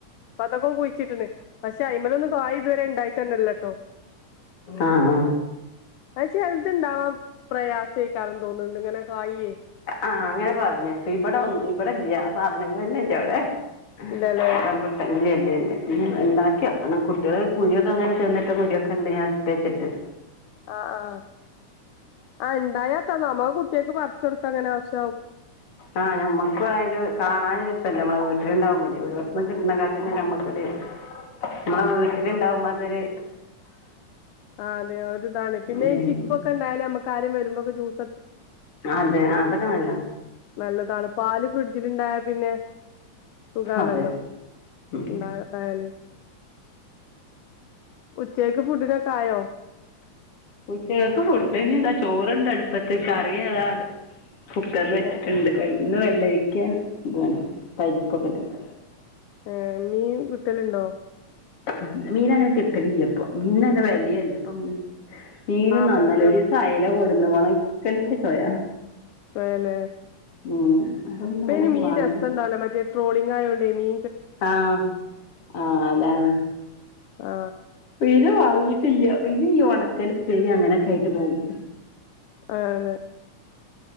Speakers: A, on the left (about 80°); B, on the left (about 45°).
A: അപ്പൊ അതൊക്കെ കുഴിച്ചിട്ടുണ്ട് പക്ഷെ അയിമലൊന്നും കായ് ഇതുവരെ ഉണ്ടായിട്ടന്നെല്ലട്ടോ
B: ആ ഹാ.
A: അഹ് ചെല്ത് ഇണ്ടാവാം പ്രയാസേക്കാരം തോന്നുണ്ട് ഇങ്ങനെ കായേ.
B: ആഹ് അങ്ങനെ പറഞ്ഞേട്ട് ഇബടെ ഒൻ ഇബടല്ല്യ സാധനങ്ങളെന്നല്ല്യ വടെ ഹ്.
A: ഇല്ലല്ലേ
B: <unintelligible> ഇല്ല്യ ല്ല ഇഞ് ഇണ്ടാക്കിയോക്കണം കുട്ടിള് കുരൊക്കെങ്ങനെ തിന്ന്ട്ട കുരുഒക്കെണ്ട് ഞാൻ ഇട്ത്തെച്ച്ട്ട്.
A: ആ ആഹ് ആ ഇണ്ടായാത്ത നമ്മളെ കുട്ടിയാക്ക് പറച്ചൊടുക്കാ ങ്ങനെ ആശ്യ
B: ആ ഞമ്മക്കു ആയാലും കാണാന് <unintelligible> നമ്മളെ വീട്ടിലുണ്ടാവുമ്പല്ല്യെ ഒരോരുത്ത്ന്ന് കിട്ട്നക്കാട്ടി ന്നെ നമ്മക്കി. <unintelligible> മ്മളെ
A: ആ
B: വീട്ടില്
A: അതെ
B: ഇണ്ടാവുമ്പോ അതൊരു.
A: ആ അതെ ഒരിതാണ് പിന്നെ
B: ഉം
A: ഈ ചിക്കൊക്കെ ഇണ്ടായാലേ നമ്മക്ക് ആരേം വരുമ്പോക്കെ ജൂസ്
B: അതെ ആ അതൊക്കെ ന
A: നല്ലതാണ് പാല് ഫ്രിഡ്ജിൽണ്ടായ പിന്നെ. സുകാണല്ലോ
B: അതെ ഉം
A: ഇണ്ടായതായാല്. ഉച്ചേക്ക് ഫുഡിനക്കായോ?
B: ഉച്ചക്ക് ഫുഡിന്ള്ള ചോറ്ണ്ട് അടുപ്പത്ത് കറി അതാ കുക്കറിൽ വെച്ചിട്ടുണ്ട്
A: ഏ ഏ
B: വെ ഇന്ന് വെള്ളരിക്കെൻ ഇതുആണ്. പരിപ്പക്കെട്ടാണ്ട്.
A: ഏഹ് മീൻ കിട്ടലുണ്ടോ?
B: നല്ല മീൻ അങ്ങനെ കിട്ടലില്ല പ്പൊ മീൻന്ല്ല വെലിയല്ലെപ്പൊ മീൻ മീനും
A: ആ
B: നന്നല്ല
A: അതെ
B: ഒരീസം അയല കൊടുന്നു ഒണക്കലിന്റെ ചൊയ.
A: ആ ലെ
B: ഉം. അതൊന്നും
A: പിന്നെ
B: അങ്ങനെ
A: മീ
B: വാങ്ങലില്ല
A: രസംണ്ടാവൂല മറ്റേ ട്രോളിങ്ങായോണ്ടേ മീ
B: ആഹ് ആ അതാണ്
A: ആ
B: പിന്നെ വാങ്ങി ട്ടില്ല പിന്നെ ഈ ഒണക്കൽ, പ്പേരി അങ്ങനൊക്കെ ആയിട്ട് പോവും.
A: ആഹ് അതേ